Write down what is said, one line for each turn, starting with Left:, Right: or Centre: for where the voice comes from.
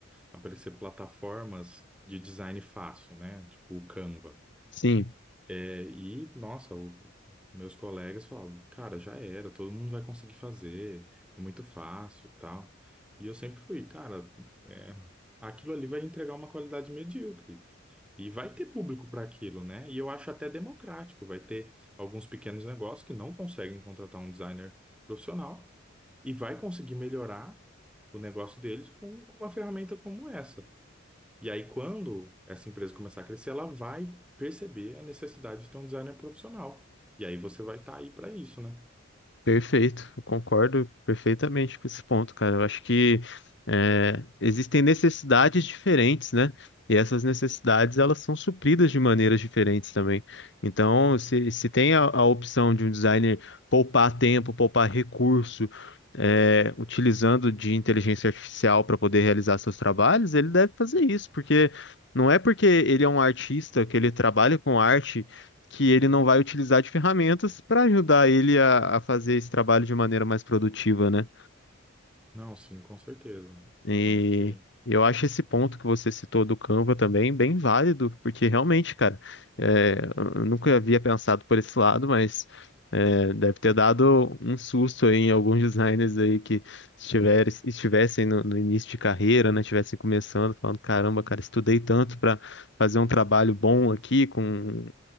Centre: aparecer plataformas de design fácil, né, tipo o Canva.
Left: Sim,
Centre: É, e, nossa, o- meus colegas falavam, cara, já era, todo mundo vai conseguir fazer, é muito fácil, tal. E eu sempre fui, cara, é, aquilo ali vai entregar uma qualidade medíocre. E vai ter público para aquilo, né? E eu acho até democrático. Vai ter alguns pequenos negócios que não conseguem contratar um designer profissional e vai conseguir melhorar o negócio deles com, com uma ferramenta como essa. E aí, quando essa empresa começar a crescer, ela vai perceber a necessidade de ter um designer profissional. E aí você vai estar aí para isso, né?
Left: Perfeito, eu concordo perfeitamente com esse ponto, cara. Eu acho que eh, existem necessidades diferentes, né? E essas necessidades elas são supridas de maneiras diferentes também. Então, se, se tem a, a opção de um designer poupar tempo, poupar recurso, eh, utilizando de inteligência artificial para poder realizar seus trabalhos, ele deve fazer isso, porque não é porque ele é um artista que ele trabalha com arte que ele não vai utilizar de ferramentas para ajudar ele a, a fazer esse trabalho de maneira mais produtiva, né?
Centre: Não, sim, com certeza.
Left: E
Centre: Acho que
Left: eu acho esse ponto que você citou do Canva também bem válido, porque realmente, cara, é, eu nunca havia pensado por esse lado, mas é, deve ter dado um susto aí em alguns <laughs> designers aí que estiverem, estivessem no, no início de carreira, né? Estivessem começando, falando, caramba, cara, estudei tanto para fazer um trabalho bom aqui com